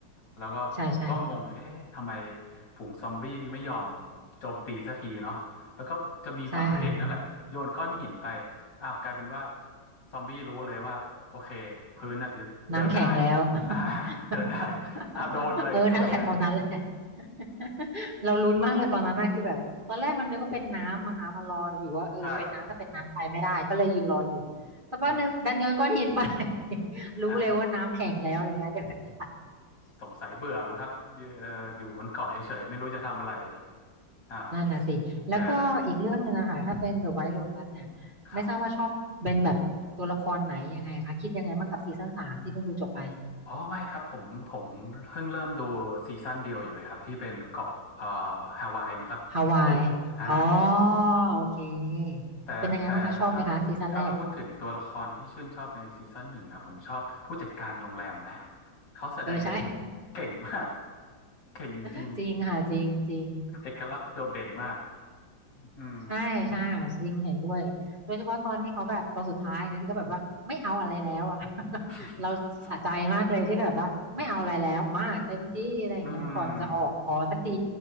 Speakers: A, on the left; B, on the right.
A: แล้วก็ผมก็งงเอ๊ะทำไม
B: ใช่ใช่
A: ฝูงซอมบี้ไม่ยอมโจมตีสักทีเนาะแล้วก็จะมีฝั่งพระเอกนั่นแหละโยนก้อนหินไป
B: ใช่ค่ะ
A: อ้าวกลายเป็นว่าซอมบี้รู้เลยว่าโอเคพื้นอะเดินได้
B: น้ำแข็งแล้ว
A: <laughs>
B: <laughs>
A: อ่าเดินได้อ้าวโดนเลยซวยเลย
B: เออนั่นแหละตอนนั้นแหละ <laughs> เราลุ้นมากเลยตอนนั้นน่ะคือแบบตอนแรกมันนึกว่าเป็นน้ำมั้งคะมารออยู่ว่าเออเป็นน้ำถ้าเป็นน้ำไปไม่ได้ก็เลยยืนรออยู่
A: <laughs> ใช่
B: สักพักหนึ่งดันโยนก้อนหินไป
A: อืม
B: <laughs> รู้เลยว่าน้ำแข็งแล้วอะไรเงี้ยเดินได้
A: อ้าว <laughs> สงสัยเบื่อมั้งครับอยู่เอ่ออยู่บนเกาะเฉยๆ ไม่รู้จะทำอะไรอ้าว
B: นั่นน่ะสิแล้วก็อีกเรื่องหนึ่งอะค่ะถ้าเป็น
A: แย่เลย
B: The White Lotus เนี่ยไม่ทราบว่าชอบเป็นแบบตัวละครไหนยังไงคะคิดยังไงบ้างกับซีซั่นสามที่เพิ่งดูจบไป
A: ครับอ๋อไม่ครับผมผมเพิ่งเริ่มดูซีซั่นเดียวอยู่เลยครับที่เป็นเกาะเอ่อฮาวายมั้งครับถ้าพูด
B: ฮาวายอ๋อ
A: อ่า
B: โอเค
A: แต่แต่ครับถ้าพูดถึงตัวละครที่ชื่นชอบในซีซั่นหนึ่งนะผมชอบผู้จัดการโรงแรมนะ
B: เป็นยังไงบ้างคะ ชอบไหมคะซีซั่นแรก
A: เขาแสดง
B: เออใช่
A: เก่งมากเก่งจริง
B: <laughs> จริงค่ะ จริงจริง
A: เอกลักษณ์โดดเด่นมาก อืม
B: ใช่ใช่ค่ะจริงเห็นด้วย โดยเฉพาะตอนนี้เขาแบบตอนสุดท้ายนะที่เขาแบบว่าไม่เอาอะไรแล้วอ่ะ <laughs>
A: <laughs>
B: เราสะใจมากเลยที่แบบว่าไม่เอาอะไรแล้วมาเต็มที่อะไรอย่างเงี้ยก่อนจะออกขอสักที
A: อืม